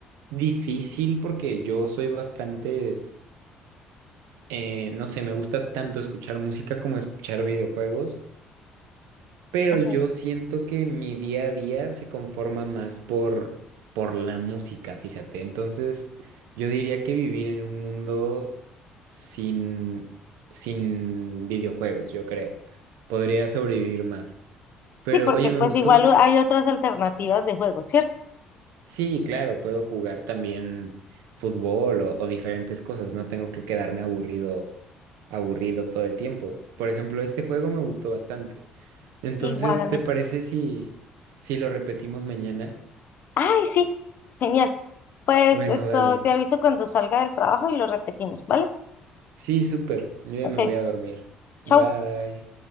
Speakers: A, on the right; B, on the left.
A: difícil porque yo soy bastante, eh, no sé, me gusta tanto escuchar música como escuchar videojuegos, pero
B: Ujú.
A: yo siento que mi día a día se conforma más por, por la música, fíjate. Entonces, yo diría que vivir en un mundo sin, sin videojuegos, yo creo. Podría sobrevivir más.
B: Sí,
A: Pero,
B: porque
A: oye,
B: pues
A: me gustó
B: igual u- hay otras alternativas de juegos, ¿cierto?
A: Sí, claro, puedo jugar también fútbol o, o diferentes cosas, no tengo que quedarme aburrido, aburrido todo el tiempo. Por ejemplo, este juego me gustó bastante. Entonces,
B: Igual a mí.
A: ¿te parece si, si lo repetimos mañana?
B: Ay, sí, genial. Pues
A: Bueno,
B: esto
A: dale.
B: te aviso cuando salga del trabajo y lo repetimos, ¿vale?
A: Sí, súper. Yo ya
B: Ok.
A: me voy a dormir.
B: Chau.
A: Bye.